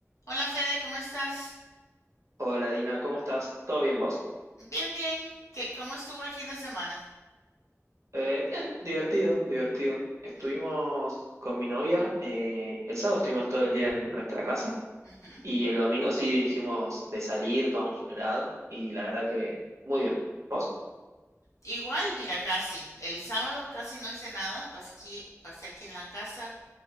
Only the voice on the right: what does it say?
Hola Dina, ¿cómo estás? ¿Todo bien vos?
Eh, bien, divertido, divertido. Estuvimos
con mi novia, eh, el sábado estuvimos todo el día en nuestra casa
y el domingo sí dijimos de salir, tomamos un helado y la verdad que muy bien. ¿Vos?